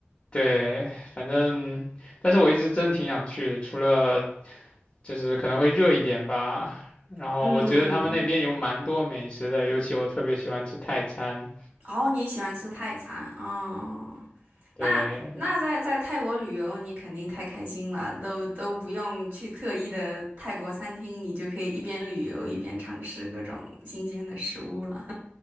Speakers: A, on the left; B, on the right.
A: 对，反正，但是我一直真挺想去的，除了就是可能会热一点吧，然后我觉得他们那边有蛮多美食的，
B: 嗯。
A: 尤其我特别喜欢吃泰餐，
B: 哦，你喜欢吃泰餐哦？
A: 对，
B: 那那在在泰国旅游，你肯定太开心了，都都不用去特意的泰国餐厅，你就可以一边旅游一边尝试各种新鲜的食物了。